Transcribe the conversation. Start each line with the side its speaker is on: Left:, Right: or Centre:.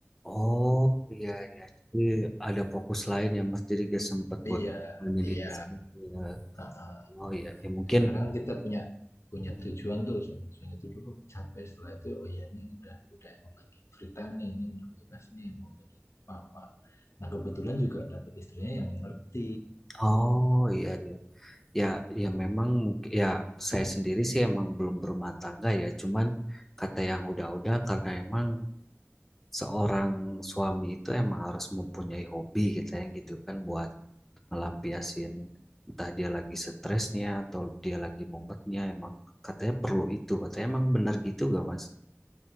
Centre: oh iya iya jadi ada fokus lain ya Mas jadi gak sempat buat
Left: iya
Centre: menyelidiki
Left: iya
Centre: ya.
Left: Nah,
Centre: oh iya ya mungkin
Left: kadang-kadang kita punya punya tujuan tuh tujuan itu dulu capek setelah itu oh iya ini udah udah emang lagi free time nih ini udah bebas nih mau pilih apa apa nah kebetulan juga dapat istrinya yang mengerti
Centre: oh iya iya Ya, ya memang mungkin ya saya sendiri sih emang belum berumah tangga ya. Cuman kata yang udah-udah karena emang seorang suami itu emang harus mempunyai hobi gitu ya gitu kan buat ngelampiasin entah dia lagi stresnya atau dia lagi mumetnya emang katanya perlu itu. Katanya emang benar gitu gak Mas?